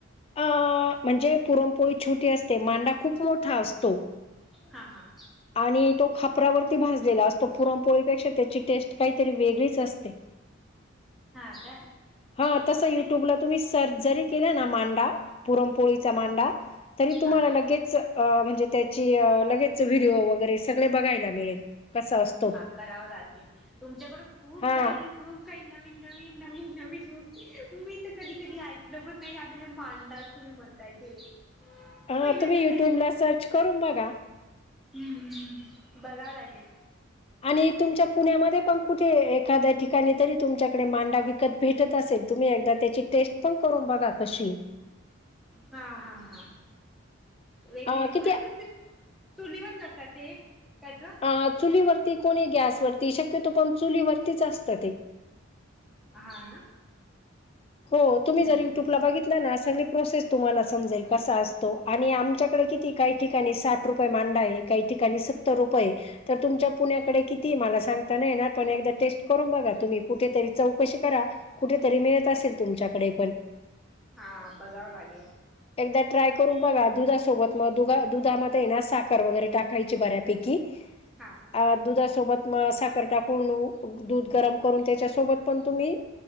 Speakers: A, on the left; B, in the centre.
A: अ म्हणजे पुरमपोळी छोटी असते, मांडा खूप मोठा असतो.
B: हा हा.
A: आणि तो खापरावरती भाजलेला असतो, पुरणपोळीपेक्षा त्याची टेस्ट काहीतरी वेगळीच असते.
B: हा काय.
A: हा, तसं युट्यूबला
B: ते
A: तुम्ही सर्च जरी केलं ना मांडा पुरमपोळीचा मांडा, तरी तुम्हाला
B: हा हा
A: लगेच म्, हणजे त्याची लगेच डिओ वगैरे सगळे बघायला मिळेल, कसं अस
B: हा करावं लागेल, तुमच्याकड खूप
A: हा
B: काही खूप काही नवीन नवीन नवीन नवीन गोस् मी तर कधी कधी ऐकलं पण नाही, आता हे मांडाच, तुम्ही म्हणताय ते.
A: हा
B: पहिल्यांदाच
A: तुम्ही युट्युब ला सर्च करून बघा.
B: हम्म्, बघावं लागेल.
A: आणि तुमच्या पुण्यामध्ये पण कुठे एखाद्या ठिकाणी तरी तुमच्याकडे मांडा विकत भेटत असेल, तुम्ही एक त्याची टेस्ट पण करून बघा कशीय.
B: हा हा हा वेगळीय,
A: अ किती
B: नाही पण ते चुलीवर करतात ते, त्याचं
A: हा चुलीवरती कोणी गॅसवररती, शक्यतो पण चुलीवररतीच असतं ते.
B: हा ना.
A: हो, तुम्ही
B: हम्म
A: जर युट्यूबला
B: हम्म
A: बघितल ना, सगळी प्रोसेस तुम्हाला समजेल कसा असतो, आणि आम तुमच्याकडं किती? काही ठिकाणी साठ रुपये मांडा आहे, तर काही ठिकाणी सत्तर रुपये, तर तुमच्या पुण्याकडे कितीय मला सांगता नाही येणार, पण एकदा टेस्ट करून बघा, तुम्ही कुठेतरी चौकशी करा. कुठेतरी मिळत असेल तुमच्याकडे पण.
B: हां बघावं लागेल.
A: एकदा ट्राय करून बघा दुधासोबत, मग दुधामध्ये ना साखर वगैरे टाक खायची बऱ्यापैकी.
B: हां.
A: अ दुधासोबत म साखर टाकून उ दूध गरम करून त्याच्यासोबत पण तुम्ही